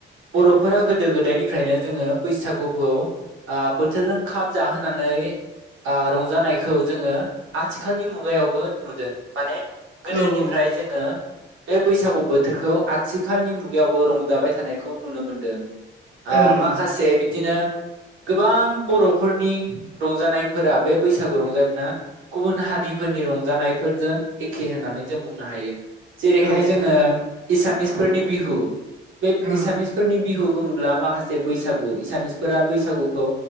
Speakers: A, on the right; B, on the right.
A: बर फोरा गोदो गोदायनिफ्रायनो जोङो बैसागुखौ बोथोरजों खाब जाहोनानै रंजानायखौ जोंङो आथिखालनि मुगायावबो नुदों माने गोदोनिफ्राय
B: ओं
A: जोंङो बे बैसागु बोथोरखौ आथिखालनि मुगायावबो रंजाबाय थानायखौ नुनो मोनदों। आ
B: ओं
A: माखासे बिदिनो गोबां बर'फोरनि रंजानायफोरा बे बैसागु रंजामोना गुबुन हारिफोरनि रंजानायफोरजों एखे होननानै जों बुंनो हायो। जेरैहाय
B: औ
A: जोंङो एसामिसफोरनि बिहु बे
B: ओं
A: एसामिसफोरनि बिहु बुङोब्ला माखासे बैसागु एसामिसफोरा बैसागुखौ